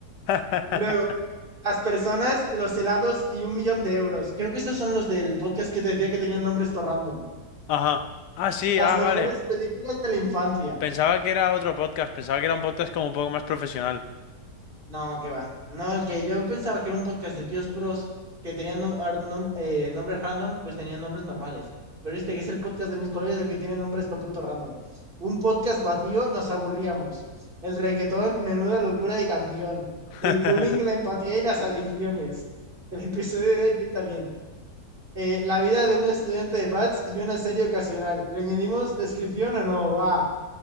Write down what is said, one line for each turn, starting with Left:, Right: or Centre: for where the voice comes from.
Left: <laughs>
Right: Luego, las personas, los helados y un millón de euros. Creo que estos son los del podcast que te decía que tenían nombres todo random.
Left: Ajá. Ah, sí,
Right: Las
Left: ah,
Right: mejores
Left: vale.
Right: películas de la infancia.
Left: Pensaba que era otro podcast, pensaba que era un podcast como un poco más profesional.
Right: No, que va. No, el que yo pensaba que era un podcast de tíos puros que tenían no- ar- nom- eh, nombres random, pues tenían nombres normales. Pero este que es el podcast de mis colegas, el que tiene nombres todo puto random. Un podcast vacío, nos aburríamos. El reggaetón, menuda locura de canción.
Left: <laughs>
Right: El bullying, la empatía y las adicciones. El episodio de hoy pinta bien. Eh, la vida de un estudiante de PATS y una serie ocasional. ¿Le añadimos descripción o no? Va.